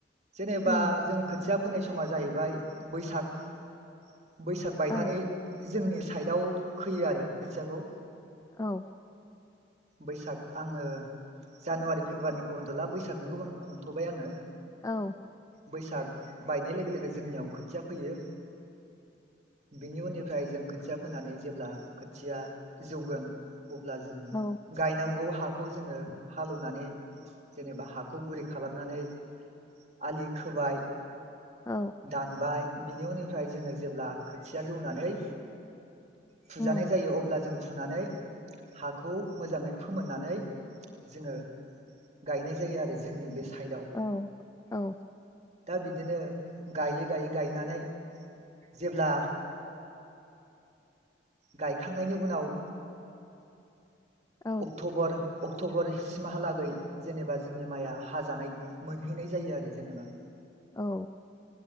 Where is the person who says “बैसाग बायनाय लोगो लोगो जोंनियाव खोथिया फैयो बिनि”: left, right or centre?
Right